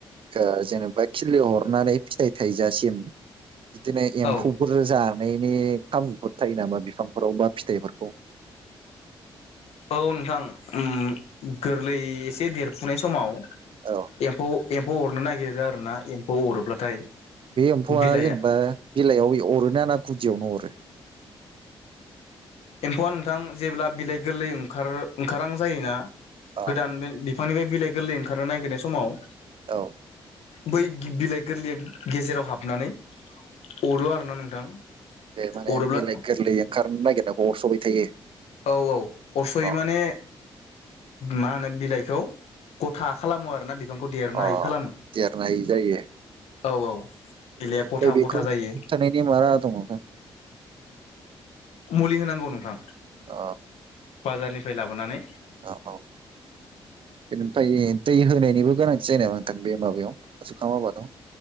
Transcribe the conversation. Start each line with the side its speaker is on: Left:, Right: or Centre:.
Right: जा जेनेबा खिलि हरनानै फिथाइ थायजासिम बिदिनो एम्फौफोर
Left: औ
Right: जानाय नि खामुफोर थायो नामा बिफांफोराव बा फिथाइफोरखौ
Left: औ नोंथां ओम गोरलै एसे देरफुनाय समाव
Right: औ
Left: एम्फौ एम्फौ अरनो नागिरो आरोना एम्फौ अरोब्लाथाय
Right: बे एम्फौआ
Left: बिलाइआ
Right: जेनेबा बिलाइयाव अरोना ना गुदियावनो अरो
Left: एम्फौआ नोंथां जेब्ला बिलाइ गोरलै ओंखार ओंखारां जायोना
Right: अ
Left: गोदान बे बिफांनिफ्राय बिलाइ गोरलै ओंखारनो नागिरनाय समाव
Right: औ
Left: बै बिलाइ गोरलैया गेजेराव हाबनानै अरो आरोना नोंथां।
Right: ए माने
Left: अरोब्ला
Right: बिलाइ गोरलै ओंखारनो नागिरनायखौ अरस'बाय थायो।
Left: औ औ अरस'यो
Right: अ
Left: माने मा होनो बिलाइखौ गथा खालामो आरोना बि फांखौ देरनो
Right: अ
Left: हायि खालामो
Right: देरनाय जायो
Left: औ औ। बिलाइआ
Right: ओमफ्राय
Left: गथा
Right: बेखौ
Left: गथा जायो
Right: होबथानायनि मा राहा दङ नोंथां?
Left: मुलि होनांगौ नोंथां।
Right: अ
Left: बाजारनिफ्राय लाबोनानै
Right: औ औ बेनिफ्राय दै होनायनिबो गोनांथि जायो नामा नोंथां बे माबायाव जुंखाम आबादाव?